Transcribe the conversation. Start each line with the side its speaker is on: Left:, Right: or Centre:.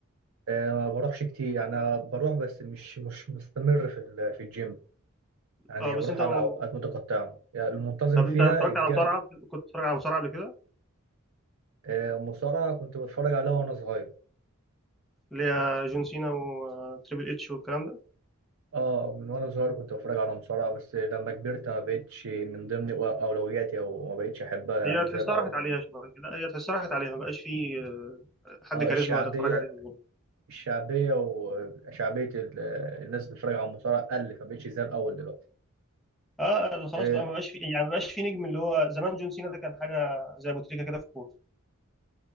Right: آه، ما بروحش كتير يعني أنا بروح بس مش مش مستمر في ال- في الجيم يعني
Centre: اه بس
Right: بروح
Centre: انت آه.
Right: على اوقات متقطعه يعني المنتظم
Centre: طب
Right: فيها
Centre: انت اتفرجت
Right: الجري
Centre: على مصارعة كنت بتتفرج على مصارعة قبل كده
Right: آه، المصارعه كنت بتفرج عليها وانا صغير
Centre: اللي هي جون سينا وتريبل اتش والكلام ده
Right: اه من وانا صغير كنت بتفرج على مصارعة بس لما كبرت ما بقتش من ضمن اولوياتي او ما بقتش احبها يعني
Centre: هي تحسها
Right: زي الاول
Centre: راحت عليها شوية لا هي تحسها راحت عليها ما بقاش في آه، حد
Right: اه
Centre: كاريزما
Right: الشعبية
Centre: تتفرج عليه زي زمان.
Right: الشعبية وشعبية ال- الناس اللي بتتفرج على المصارعة قلت ما بقتش زي الاول دلوقتي
Centre: اه خلاص
Right: آه،
Centre: بقى ما بقاش في يعني ما بقاش في نجم اللي هو زمان جون سينا ده كان حاجة زي ابو تريكة كده في الكورة